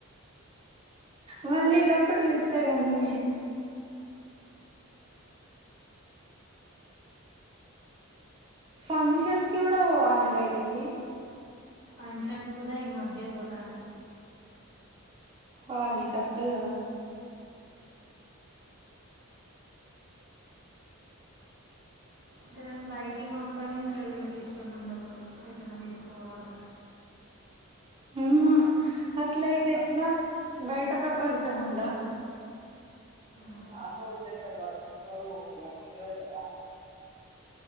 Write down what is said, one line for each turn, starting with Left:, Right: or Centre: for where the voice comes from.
Right: మళ్ళేదొకటి పిళ్తే కదనే ఫంక్షన్స్ కి కూడా పోవలే బైటికి
Left: ఫంక్షన్స్ కూడా ఈ మధ్య పోతన
Right: పోవాలి తప్పదు కదా
Left: ఇక్కడ్ నన్ను బైటికి పంపడం ఇక్కడ వీళ్ళకి ఇష్టం ఉండదు ఏంటన్న తీస్కపోవడం
Right: అమ్మా అట్లా ఐతే ఎట్లా బైట ప్రపంచ ఓద్ద <unintelligible>
Left: అదే